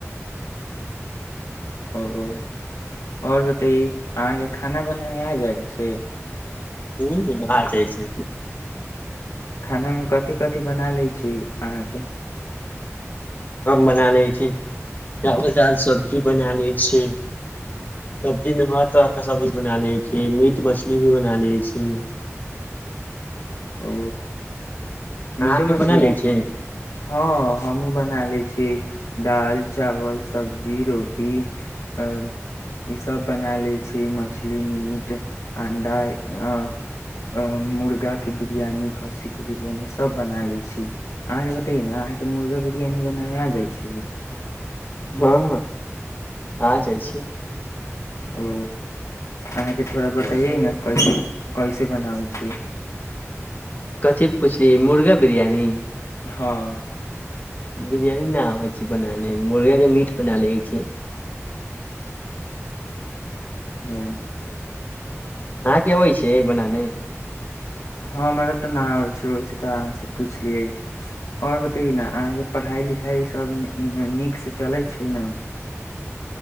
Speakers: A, on the left (about 80°); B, on the left (about 35°).
A: ओ ओ आओर बतैनि अहाँके खाना बनेना आ जाय छै
B: हूँ हूँ आ जाइ छै
A: खाना मे कथि कथि बना ले छी अहाँके
B: हम बना ले छी चावल दाल सब्जी बना ले छी सब्जी में हर तरह के सब्जी बना ले छी मीट मछली भी बना ले छी
A: ओ मीटो
B: अहाँके
A: मछली
B: बना ले
A: अहा
B: छी
A: क हँ हमहुँ बना ले छियै दाल चावल सब्जी रोटी <unintelligible> इ सब बना ले छी मछली मीट अंडा अ अ मुर्गाके बिरियानी खस्सीे के बिरियानी सभ बना ले छी अहाँके बतैयए ने अहाँके मुर्गा बिरियानी बनाए आ जाइ छै
B: हँ हँ आ जाइ छी
A: ओ अहाँके थोड़ा बतैयै ने कैसे कैसे बनाबै छीयै
B: कथी पुछली मुर्गा बिरयानी
A: हँ
B: बिरियानी न आबे छै बनाने मुर्गा के मीट बना ले छी
A: ओ
B: अहाँ के अबै छै बनाने
A: हमरा तऽ न होइ छै ओहिस तऽ अहाँ से पुछलियै आओर बतैयै न अहाँके पढ़ाई लिखाई सब नीक से चले छै न